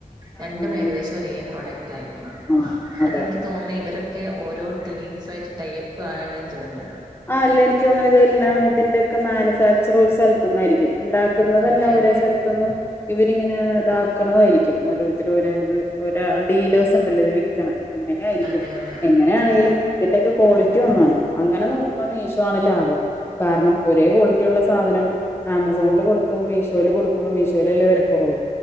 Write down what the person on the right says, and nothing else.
രണ്ട്
ഏകദേശം ഒരേ പ്രൊഡക് റ്റായിരിക്കും
അതെനിക്ക്
തോന്ന്ന്ന് ഇവരൊക്കെ ഓരോ ടീംസായിട്ട് ടൈപ്പ് ആണെന്ന് തോന്നുന്നു
അതെ അതെ
അതെ അതെ
എനിക്ക്